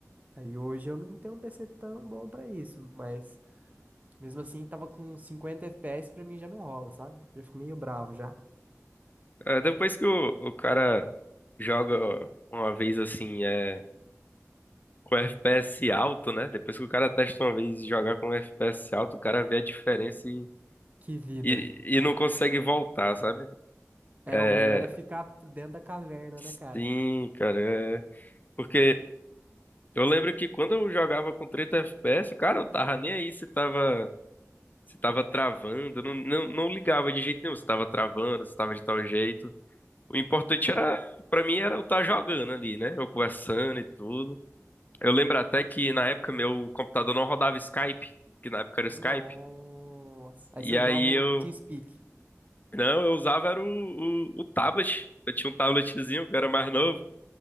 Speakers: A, on the right; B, on the left.
A: Aí hoje eu não tenho um PC tão bom pra isso, mas mesmo assim tava com 50 FPS pra mim já não rola, sabe? Já fico meio bravo já.
B: É, Depois que o, o cara joga uma vez assim, é. Com FPS alto, né? Depois que o cara testa uma vez e jogar com FPS alto, o cara vê a diferença e,
A: Que vida.
B: e, e não consegue voltar, sabe?
A: É,
B: É,
A: o melhor é ficar dentro da caverna,
B: sim,
A: né, cara?
B: cara. é. Porque eu lembro que quando eu jogava com 30 FPS, cara, eu tava nem aí se tava, se tava travando, eu não, não, não ligava de jeito nenhum se tava travando, se tava de tal jeito. O importante era, pra mim, era eu estar jogando ali, né? Eu conversando e tudo. Eu lembro até que na época meu computador não rodava Skype, que na época era o Skype.
A: Nossa. Aí
B: E
A: se eu
B: aí
A: jogo
B: eu.
A: TeamSpeak.
B: Não, eu usava era o, o, o tablet. Eu tinha um tabletzinho que eu era mais novo.